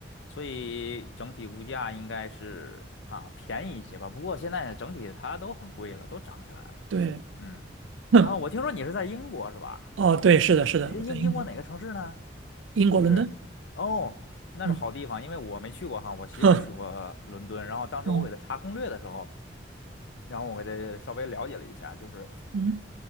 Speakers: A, on the left; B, on the right.
A: 所以整体物价应该是啊便宜一些吧。不过现在整体它都很贵了，都涨起来了。
B: 对，
A: 嗯，
B: 哼，
A: 然后我听说你是在英国是吧？
B: 哦，对，是的，是的，
A: 呃英英国哪个城市呢？
B: 我在英国，英国伦敦，
A: 就是哦，那是好地方，
B: 嗯，
A: 因为我没去过哈，我媳妇儿去过伦敦，
B: 哼，
A: 然后当时我给她查攻略的时候，
B: 哦，
A: 然后我给她稍微了解了一下，就是
B: 嗯，